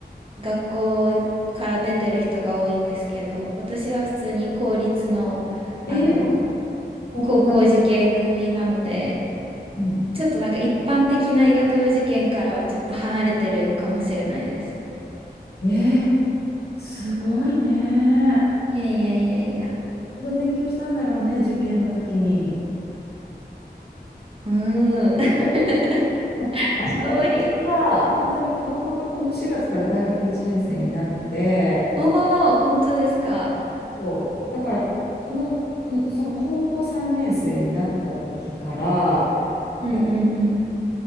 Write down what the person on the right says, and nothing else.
学校から出てる人が多いんですけど、私は普通に公立の、
あの、
高校受験組なので、
ちょっとなんか一般的な医学部受験からはちょっと離れてるかもしれないです。
いやいやいやいや。
うーん。
<laughs> あんまり。
おー、本当ですか。
うんうんうん。